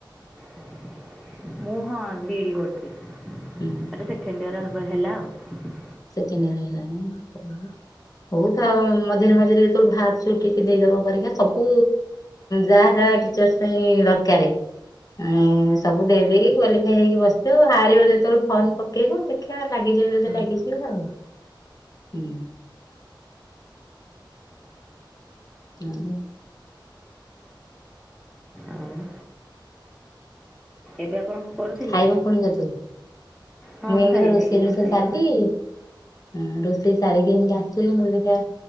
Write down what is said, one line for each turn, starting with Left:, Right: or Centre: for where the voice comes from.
Centre: <unintelligible> ମୁଁ ହଁ ବିଇଡି କରୁଛି
Left: ହୁଁ
Centre: ଏଟା ସେକେଣ୍ଡ ୟଆର ହେଲା ଆଉ।
Left: ସେକେଣ୍ଡ ୟର ହେଲା ନାଇଁ। ହଉ ଆ ମଝିରେ ମଝିରେ ଯେତେଳୁ ଭାରୁଚି ଟିକି ଦେଇଦବା ପରିକ୍ଷା ସବୁ ଯାହା ଯାହା ଟିଚର୍ସ ପାଇଁ ଦରକାର। ଏଁ ସବୁ ଦେଇଦେଇକି କ୍ୱାଲିଫାଇ ହେଇକି ବସିଥିବ ଆ ହାରିବ ଯେତେବେଳେ ଫର୍ମ ପକେଇବ ଦେଖିବା ଲାଗିବ। ବତେ
Centre: ହୁଁ
Left: ଲାଗିଯିବ ଆଉ ହୁ। ହୁଁ
Centre: ଆଉ ଏବେ। ଆପଣଙ୍କ କରୁଥିଲେ
Left: ଖାଇବା ପୁଣି କେ ତୁ?
Centre: ହଁ
Left: ମୁଁ ଏମିତି
Centre: ଖାଇବି
Left: ରୋଷେଇ
Centre: ଏଇନା
Left: ରୋଷେଇ
Centre: ଖାଇବି
Left: ସାରିଦେଇକି ହୁଁ ରୋଷେଇ ସାରିକି ଏମିତି ଆସିଥିଲି ମୁଁ ଦେଖିଆ